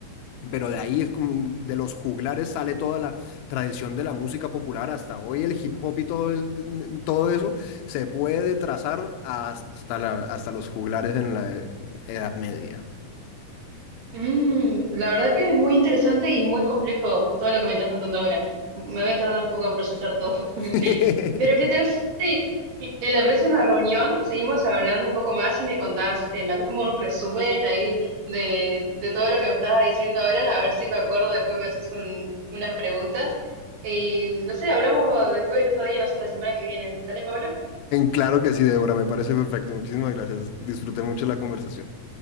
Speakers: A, on the left; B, on the right.
A: Pero de ahí es como de los juglares sale toda la tradición de la música popular hasta hoy, el hip hop y todo, el- todo eso se puede trazar hasta, la- hasta los juglares en la Edad Media.
B: Mm, la verdad que es muy interesante y muy complejo todo lo que me estás contando ahora. Me voy a tardar un poco en procesar todo. <laughs>
A: <laughs>
B: Pero ¿qué tal si en la próxima reunión seguimos hablando un poco más y me contás, eh, me haces como un resumen ahí de, de todo lo que me estabas diciendo ahora? A ver si me acuerdo, después me haces un- unas preguntas. Y no sé, hablamos después el otro día, no sé, la semana que viene. ¿Dale, Pablo?
A: Claro que sí, Débora, me parece perfecto. Muchísimas gracias. Disfruté mucho la conversación.